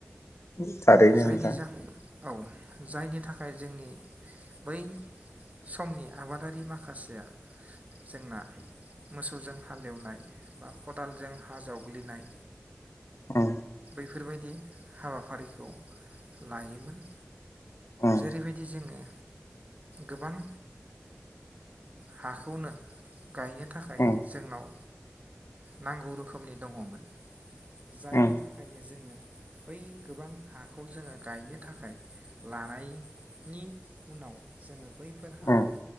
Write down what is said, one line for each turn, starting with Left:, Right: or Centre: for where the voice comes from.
Left: <unintelligible>
Right: जायनि
Left: नोंथां
Right: जाहो औ जायनि थाखाय जोंनि बै समनि आबादारि माखासेया जोंना मोसौजों हालेवनाय बा खदालजों हा जावग्लिनाय
Left: औ
Right: बेफोरबायदि हाबाफारिखौ लायोमोन।
Left: उम
Right: जेरैबायदि जोङो गोबां हाखौनो गायनो थाखाय
Left: उम
Right: जोंनाव नांगौ रोखोमनि दङमोन। जायनि
Left: उम
Right: थाखायनो जोङो बै गोबां हाखौ जोङो गायनो थाखाय लानायनि उनाव जोङो बैफोर हाखौ
Left: उम